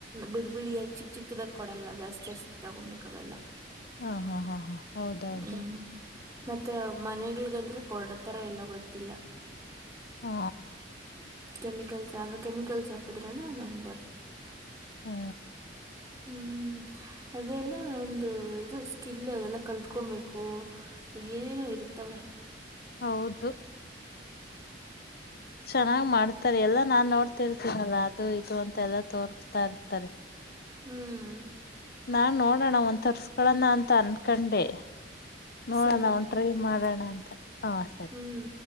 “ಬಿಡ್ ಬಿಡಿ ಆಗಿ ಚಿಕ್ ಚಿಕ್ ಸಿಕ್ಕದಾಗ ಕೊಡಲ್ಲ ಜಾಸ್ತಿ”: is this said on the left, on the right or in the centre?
Right